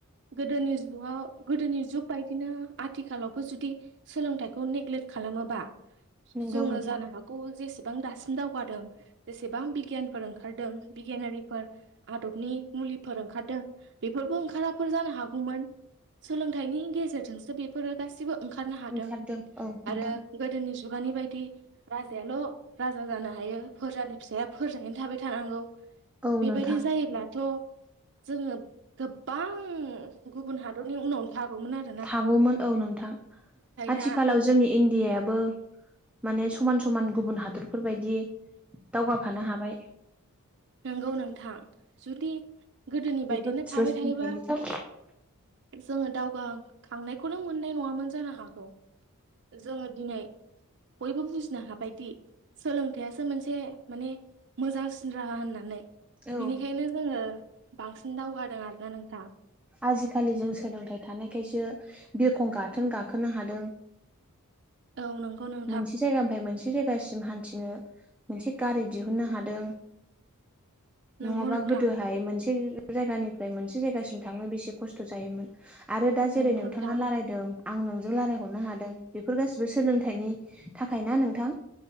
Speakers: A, on the right (about 55°); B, in the centre.
A: गोदोनि जुगाव गोदोनि जुग बायदिनो आथिखालावबो जुदि सोलोंथाइखौ नेग्लेक्ट खालामोबा
B: नंगौ
A: जोङो
B: नोंथां
A: जानो हागौ खौ जेसेबां दासिम दावगादों जेसेबां बिगियानफोर ओंखारदों बिगियानारिफोर आदबनि मुलिफोर ओंखारदों बेफोरबो ओंखाराफोर जानो हागौमोन सोलोंथाइनि गेजेरजोंसो बेफोरो गासिबो ओंखारनो हादों
B: ओंखारदों औ नोंथां
A: आरो गोदोनि जुगानि बायदि राजायाल' राजा जानो हायो फोरजानि फिसाया फोरजायैनो थाबाय थानांगौ
B: औ नोंथां
A: बेबायदि जायोब्लाथ' जोङो गोबां गुबुन हादरनि उनावनो थागौमोन आरो
B: थागौमोन औ नोंथां आथिखालाव
A: दा
B: जोंनि इण्डियाबो माने समान समान गुबुन हादरफोरबायदि दावगाफानो हाबाय
A: नोंगौ नोंथां जुदि गोदोनि
B: बेफोरखौल'
A: बायदिनो थाबाय
B: सोलोंथाइनि
A: थायोबा
B: उम
A: जोङो दावगाखांनायखौनो मोननाय नङामोन जानो हागौ जोङो दिनै बयबो बुजिनो हाबायदि सोलोंथाइयासो मोनसे माने मोजांसिन राहा होननानै
B: औ
A: बिनिखायनो जोङो बांसिन दावगादों आरोना नोंथां
B: आजिखालि जों सोलोंथाइ थानायखायसो बिरखं गाथोन गाखोनो हादों
A: औ नंगौ नों
B: मोनसे जायगानिफ्राय मोनसे जाय सिम हान्थिनो मोनसे गारि दिहुननो हादों
A: नंगौ
B: नङाबा
A: नोंथां
B: गोदोहाय मोनसे जायगानिफ्राय मोनसे जायगासिम थांनो बेसे खस्थ' खस्थ' जायोमोन आरो दा जेरै
A: नंगौ
B: नोंथाङा
A: नोंथां
B: लारायदों आं नोंजों लारायहरनो हादों बेफोर गासिबो सोलोंथाइनि थाखाय ना नोंथां